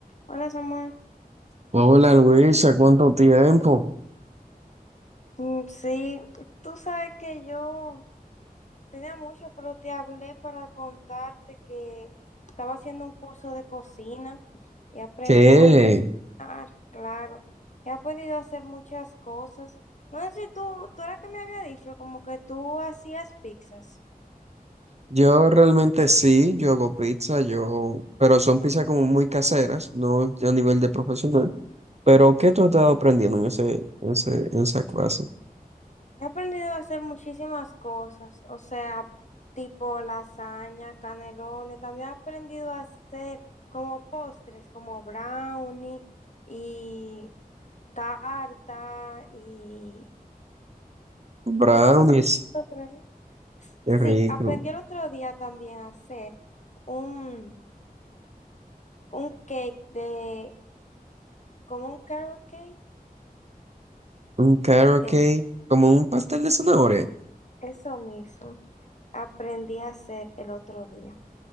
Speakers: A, on the left; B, on the right.
A: Hola Samuel,
B: Hola Luisa, ¿cuánto tiempo?
A: Mm, sí, tú sabes que yo tenía mucho, pero te hablé para contarte que estaba haciendo un curso de cocina y he aprendido,
B: ¿Qué?
A: bueno, ah, claro, he aprendido a hacer muchas cosas. No sé si tú, tú era que me había dicho, como que tú hacías pizzas.
B: Yo realmente sí, yo hago pizza, yo, pero son pizzas como muy caseras, no a nivel de profesional. Pero ¿qué tú has estado aprendiendo en ese, en ese, en esa clase?
A: He aprendido a hacer muchísimas cosas, o sea, tipo lasaña, canelones. También he aprendido a hacer como postres, como brownie y tarta y
B: Brownies,
A: otra cosa que otra vez.
B: qué
A: Sí,
B: rico.
A: aprendí el otro día también a hacer un, un cake de, como un carrot cake.
B: Un carrot
A: Eh,
B: cake, como un pastel de zanahoria.
A: Eso mismo aprendí a hacer el otro día.